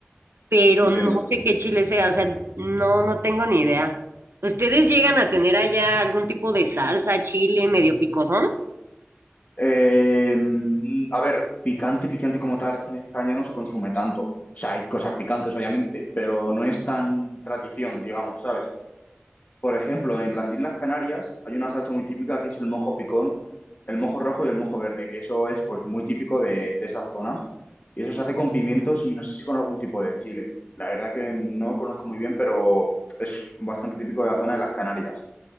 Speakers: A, on the right (about 70°); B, on the left (about 40°).
A: pero
B: entiendo.
A: no sé qué chile sea, o sea, no, no tengo ni idea. ¿Ustedes llegan a tener allá algún tipo de salsa, chile medio picosón?
B: Eh, mm, a ver, picante, picante como tal, es que en España no se consume tanto. O sea, hay cosas picantes, obviamente, pero no es tan tradición, digamos, ¿sabes? Por ejemplo, en las Islas Canarias hay una salsa muy típica que es el mojo picón, el mojo rojo y el mojo verde, que eso es pues muy típico de, de esas zonas. Y eso se hace con pimientos y no sé si con algún tipo de chile. La verdad que no conozco muy bien, pero es bastante típico de la zona de las Canarias.